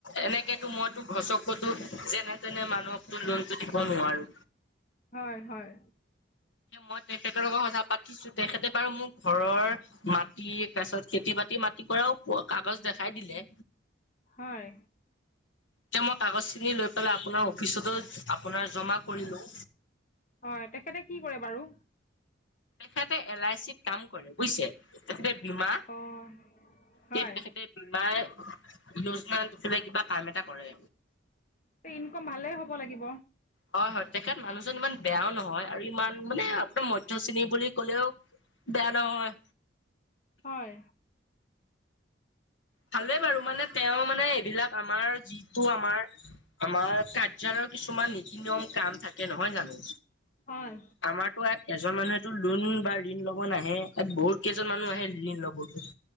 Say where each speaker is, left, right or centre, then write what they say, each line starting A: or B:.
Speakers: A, on the left; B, on the left.
A: এনেকেতো মত তো ঘচকতো যেনে তেনে মানুহকতো লোনটো দিব নোৱাৰো
B: হয় হয়
A: মই তেখেতৰ লগত কথা পাতিছো তেখেতে বাৰু মোক ঘৰৰ- মাটি তাৰ পিছত খেতি বাতি মাটি কৰাও কাগজ দেখাই দিলে।
B: হয়।
A: এতিয়া মই কাগজখিনি লৈ পেলাই আপোনাৰ অফিচতো আপোনাৰ জমা কৰিলোঁ।
B: হয় তেখেতে কি কৰে বাৰু?
A: তেখেঁতে এল আই চিত কাম কৰে বুজিছে, তেখেতে বীমা
B: অঁ হয়
A: হে তেখেতে- মাই লজমান দিছিলে কিবা কাম এটা কৰে।
B: ইনকম ভালেই হ'ব লাগিব।
A: হয় হয় তেখেত মানুহজন ইমান বেয়াও নহয় আৰু ইমান মানে আপোনাৰ মধ্য শ্ৰেণী বুলি কলেও। বেয়া নহয়।
B: হয়।
A: ভালে বাৰু মানে তেওঁ মানে এইবিলাক আমাৰ যিটো আমাৰ- আমাৰ কাৰ্যালয়ৰ কিছুমান নীতি নিয়ম কাম থাকে নহয় জানো।
B: হয়।
A: আমাৰতো ইয়াত এজন মানুহেতো লোন বা ঋণ ল'ব নাহে ইয়াত বহুত কেইজন মানুহ আহে ঋণ ল'বলে